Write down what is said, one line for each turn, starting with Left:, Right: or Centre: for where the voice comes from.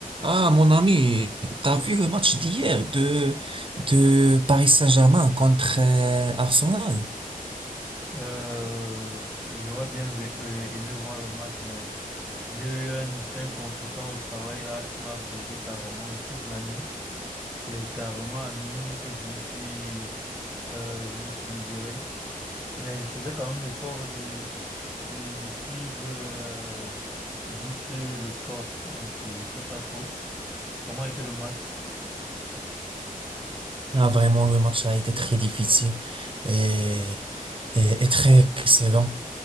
Right: Ah, mon ami, t'as vu le match d'hier de, de Paris Saint-Germain contre euh, Arsenal?
Centre: Euh, j'aurais bien ve- euh, aimé voir le match, mais j'ai eu un, un contretemps au travail là qui m'a bloqué carrément toute la nuit. C'est carrément à minuit que je me suis, euh, je me suis libéré. Mais je faisais quand même l'effort de, de, de suivre euh, juste le score. Donc, euh, je sais pas trop comment était le match.
Right: Ah, vraiment, le match a été très difficile et, et- et très excellent.